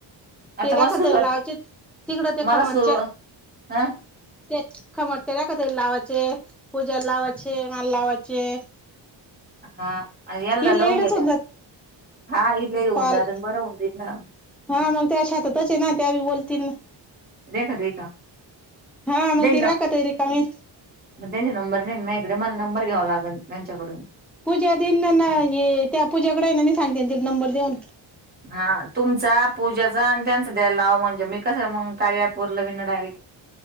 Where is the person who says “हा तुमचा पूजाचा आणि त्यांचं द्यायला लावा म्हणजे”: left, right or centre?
Right